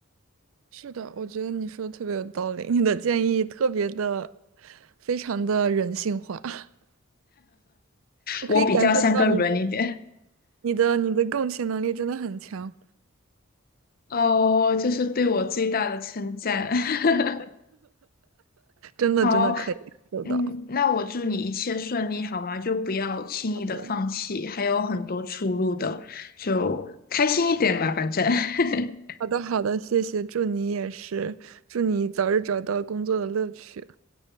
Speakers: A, on the right; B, on the left.
A: 是的，我觉得你说的特别有道理，你的建议特别的，非常的人性化，<laughs> 我可以感受到你的、
B: 我比较像个人一点。
A: 你的、你的共情能力真的很强。
B: 哦，这是对我最大的称赞。<laughs>
A: 真的真的可以感受到。
B: 好，嗯，那我祝你一切顺利，好吗？就不要轻易的放弃，
A: 好的，
B: 还有很多出路的，就开心一点吧，反正。<laughs>
A: 好的，好的，谢谢，祝你也是，祝你早日找到工作的乐趣，